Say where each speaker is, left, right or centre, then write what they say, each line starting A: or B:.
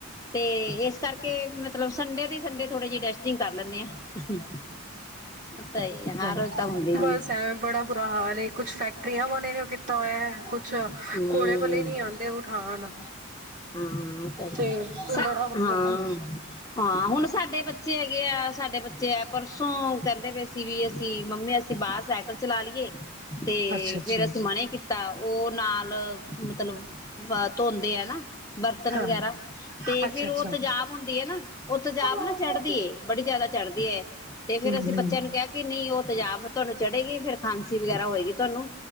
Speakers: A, on the left; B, on the right.
A: ਤੇ, ਇਸ ਕਰਕੇ ਮਤਲਬ ਸੰਡੇ ਦੀ ਸੰਡੇ ਥੋੜੇ ਜਿ ਟੈਸਟਿੰਗ ਕਰ ਲੈਂਨੇ ਆ। ਤਾਂ ਹੀ ਹਰ
B: ਹਮ,
A: ਰੋਜ਼ ਤਾਂ ਹੁੰਦੀ ਨੀ
B: ਬਸ ਐਵੇ ਬੜਾ ਬੁਰਾ ਹਾਲ ਏ ਕੁਛ ਫੈਕਟਰੀਆਂ ਵਾਲੇ ਨੇ ਓ ਕੀਤਾ ਹੋਇਆ ਐ ਕੁਛ
A: ਹਮ
B: ਕੂੜੇ ਵਾਲੇ ਨੀ ਆਉਂਦੇ ਉਠਾਣ
A: ਹਾਂ ਸਹੀ
B: ਤੇ
A: ਸਾ
B: ਬੜਾ ਮਤਲਬ
A: ਹਾਂ ਹਾਂ ਹੁਣ ਸਾਡੇ ਬੱਚੇ ਹੈਗੇ ਆ ਸਾਡੇ ਬੱਚੇ ਹੈ, ਪਰਸੋਂ ਕਹਿੰਦੇ ਪਏ ਸੀ ਵੀ ਅਸੀਂ ਮੰਮੀ ਅਸੀਂ ਬਾਹਰ ਸਾਈਕਲ ਚਲਾ ਲਈਏ ਤੇ
B: ਅੱਛਾ ਅੱਛਾ
A: ਫੇਰ ਅਸੀਂ ਮਨੇ ਕਿ <unintelligible> ਉਹ ਨਾਲ ਮਤਲਬ ਅ ਧੋਂਦੇ ਹੈ ਨਾ, ਬਰਤਨ
B: ਹਾਂ,
A: ਵਗੈਰਾ ਤੇ
B: ਅੱਛਾ-ਅੱਛਾ।
A: ਫੇਿਰ ਉਹ ਤੇਜਾਬ ਹੁੰਦੀ ਹੈ ਨਾ, ਉਹ ਤੇਜਾਬ
B: ਹੂੰ,
A: ਨਾ ਚੜ੍ਹਦੀਏ, ਬੜੀ ਜਿਆਦਾ ਚੜ੍ਹਦੀ ਹੈ, ਤੇ ਫੇਰ
B: ਹੂੰ,
A: ਅਸੀਂ ਬੱਚਿਆਂ ਨੂੰ ਕਿਹਾ ਕਿ ਨਹੀਂ ਉਹ ਤੇਜਾਬ ਤੁਹਾਨੂੰ ਚੜ੍ਹੇਗੀ ਫਿਰ ਖਾਂਸੀ ਵਗੈਰਾ ਹੋਏਗੀ ਤੁਹਾਨੂੰ